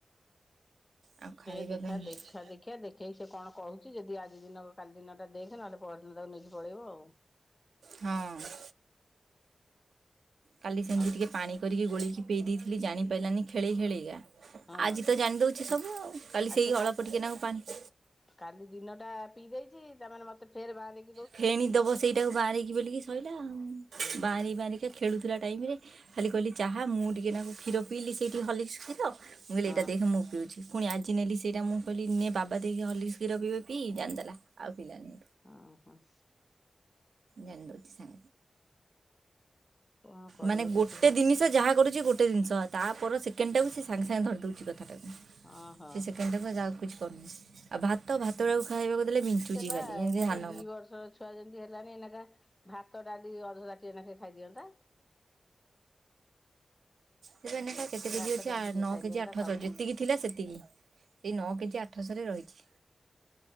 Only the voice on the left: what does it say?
ଦେଖା
ଦେଖା ଦେଖିଆ ଦେଖେଇି ସେ କଣ କହୁଛି ଯଦି ଆଜି ଦିନ କାଲି ଦିନ ଟା ଦେଖ ନହେଲେ ତୁ ତାକୁ ନେଇକି ପଳେଇବ ଆଉ
ଆଉ ସେ
ହଁ
ଆଉ
ସେ
କାଲି ଦିନଟା ପିଇ ଦେଇଛି ତାମାନେ ମତେ ଫେର ବାଆଁରା ହେଇକି
ହଁ
ହଁ
ହଁ ହଁ।
କଣ କରିବ
କିଛି
ଭଲ
ହଁ ହଁ
ସେ ଏଇନୁକା
ଏଇନା
ବର୍ଷର ଛୁଆ ଯେମିତି ହେଲାଣି ଏଇନା ବା ଭାତ ଡାଲି ଅଧତାଟିଏ ନେଖା ଖାଇଦିଅନ୍ତା। <unintelligible>
ଭାତ
ଡାଲି ଟିକେ
ଖାଇଦିଅନ୍ତା
ଖାଉନି